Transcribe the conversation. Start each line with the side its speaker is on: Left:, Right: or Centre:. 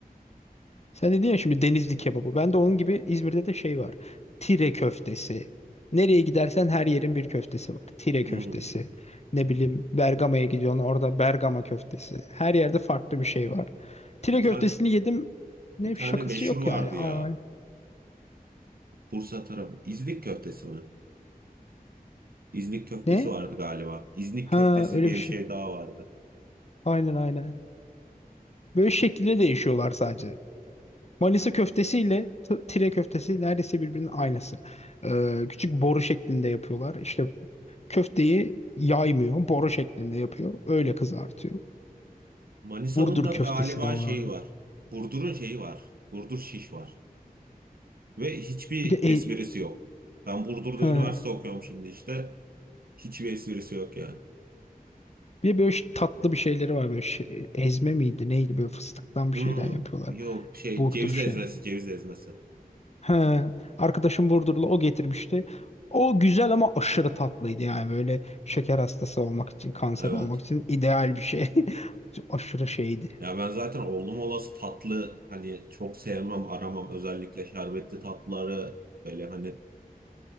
Left: Sen dedin ya şimdi Denizli kebabı. Ben de onun gibi İzmir'de de şey var. Tire köftesi. Nereye gidersen her yerin bir köftesi var. Tire
Right: Hmm.
Left: köftesi. Ne bileyim Bergama'ya gidiyorsun orada Bergama köftesi. Her yerde farklı bir şey var. Tire
Right: Bir tane
Left: köftesini yedim. Ne
Right: bir tane
Left: şakası
Right: meşhur
Left: yok
Right: vardı
Left: yani. Aa,
Right: ya. Bursa tarafı. İznik köftesi mi? İznik köftesi
Left: ne?
Right: vardı galiba. İznik
Left: Ha
Right: köftesi
Left: öyle
Right: diye
Left: bir şey.
Right: bir şey daha vardı.
Left: Aynen aynen. Böyle şekilde değişiyorlar sadece. Manisa köftesiyle t- tire köftesi neredeyse birbirinin aynısı. Ee, küçük boru şeklinde yapıyorlar. İşte köfteyi yaymıyor, boru şeklinde yapıyor. Öyle kızartıyor.
Right: Manisa'nın
Left: Burdur
Right: da
Left: köftesi
Right: galiba
Left: de vardı.
Right: şeyi var. Burdur'un şeyi var. Burdur şiş var. Ve hiçbir
Left: Bir de e-
Right: esprisi yok. Ben Burdur'da
Left: ha,
Right: üniversite okuyorum şimdi işte. Hiçbir esprisi yok yani.
Left: bir de böyle ş- tatlı bir şeyleri var böyle şey- ezme miydi neydi böyle fıstıktan
Right: Hmm,
Left: bir şeyler yapıyorlar.
Right: yok şey
Left: Burdur
Right: ceviz
Left: şey.
Right: ezmesi ceviz ezmesi.
Left: He, arkadaşım Burdurlu o getirmişti. O güzel ama aşırı tatlıydı yani böyle şeker hastası olmak için, kanser
Right: Evet.
Left: olmak için ideal bir şey. <laughs> Aşırı şeydi.
Right: Ya ben zaten oğlum olası tatlı hani çok sevmem aramam özellikle şerbetli tatlıları böyle hani